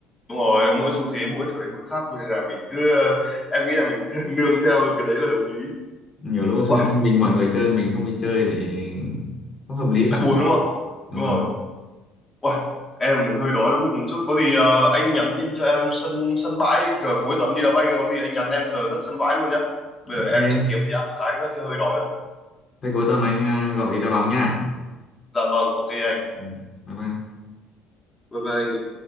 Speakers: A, on the left; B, on the left.
A: đúng rồi mỗi xu thế mỗi thời mỗi khác nên là mình cứ ờ, em nghĩ là mình cứ <laughs> nương theo cái đấy là hợp lý
B: nhiều lúc xung
A: Uầy,
B: quanh mình mọi người chơi mình không đi chơi thì không hợp lý lắm
A: lại buồn đúng không
B: đúng
A: đúng
B: không
A: rồi Uầy, em hơi đói bụng một chút có gì ờ, anh nhắn tin cho em sân sân bãi cỡ cuối tuần đi đá banh có gì anh nhắn em giờ giấc sân bãi luôn nhá bây
B: ok
A: giờ em chắc kiếm gì ăn một cái chứ hơi đói rồi
B: thế cuối tuần anh à, gọi đi đá bóng nha
A: dạ vâng ok anh
B: Ừ. Bye bye.
A: Bye bye anh.